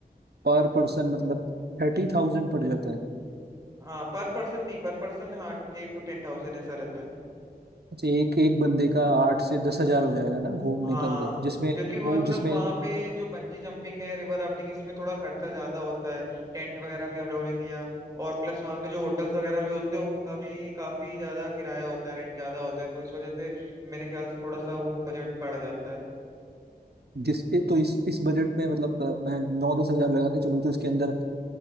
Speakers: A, on the right; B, on the right.
A: पर पर्सन मतलब थर्टी थाउजेंड पड़ जाता है
B: हाँ पर पर्सन नहीं पर पर्सन हाँ एट टू टेन थाउजेंड ऐसा रहता है
A: अच्छा एक एक बंदे का आठ से दस हजार हो जाएगा ना घूमने
B: हाँ
A: का उधर जिसमें
B: क्योंकि वो
A: वो
B: मतलब
A: जिसमें
B: वहाँ पे जो बंजी जंपिंग है रिवर राफ्टिंग इसमें थोड़ा खर्चा ज्यादा होता है टेंट वगैरह भी हम लोगों ने लिया और प्लस वहाँ पे जो होटल्स वगैरह भी होते हैं उनका भी काफी ज्यादा किराया होता है रेंट ज्यादा होता है तो इस वजह से मेरे ख्याल से थोड़ा सा वो बजट बढ़ जाता है
A: जिस तो इस इस बजट में मतलब अ, मैं नौ दस हजार लगा के चलूँ तो इसके अंदर अ,